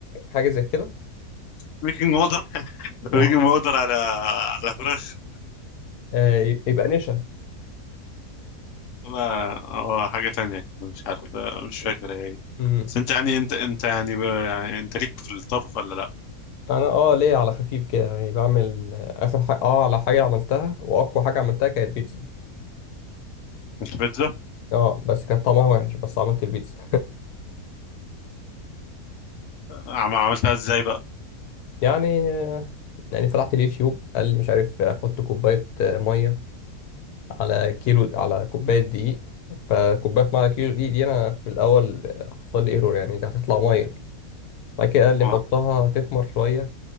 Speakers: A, on the left; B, on the left.
A: حاجه زي كده
B: بيكنج باودر <laughs> بيكنج
A: آه.
B: باودر على على فراخ
A: آه يبقى نشا
B: لا لا هو حاجة تانية كده مش عارف آه، مش فاكر هي إيه.
A: امم
B: بس انت يعني انت انت يعني, ب... يعني انت ليك في الطبخ ولا لا؟
A: انا اه ليه على خفيف كده يعني بعمل آه، اخر حاجه اه على حاجه عملتها واقوى حاجه عملتها كانت بيتزا
B: انت بيتزا
A: اه بس كانت طعمها وحش بس عملت البيتزا
B: عم... عملتها ازاي بقى؟
A: يعني آه يعني فتحت اليوتيوب قال لي مش عارف آه، حط كوبايه آه، ميه على كيلو على كوبايه دقيق فكوبايه ميه على كيلو دقيق دي انا في الاول آه، حصل لي ايرور يعني دي هتطلع ميه بعد كده قال لي
B: اه
A: حطها تخمر شوية